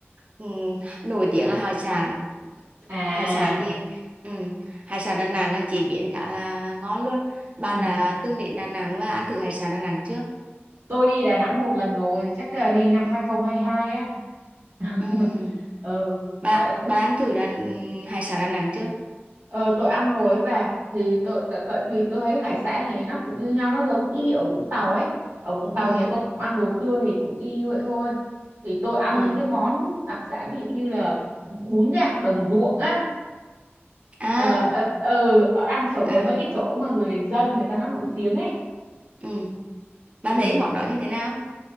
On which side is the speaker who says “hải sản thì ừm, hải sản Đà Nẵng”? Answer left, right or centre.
Right